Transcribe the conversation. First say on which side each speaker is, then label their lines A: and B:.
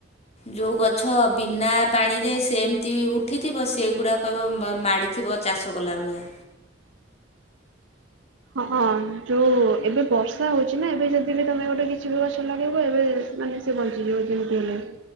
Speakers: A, on the left; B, on the right.
A: ଯୋଉ ଗଛ ବିନା ପାଣିରେ ସେ ଏମିତି ଉଠିଥିବ ସେଗୁଡ଼ାକ କହିବ ମା-ମାଡ଼ିଥିବ ଚାଷ କଲା ଭଳିଆ।
B: ହଁଁ ଯୋଉ ଏବେ ବର୍ଷା ହଉଛି ନା ଏବେ ଯଦି ବି ତମେ ଗୋଟେ କିଛି ବି ଗଛ ଲାଗେଇବ ଏବେ ମାନେ ସେ ବଞ୍ଚିଯିବ ଯେମିତି ହେଲେ।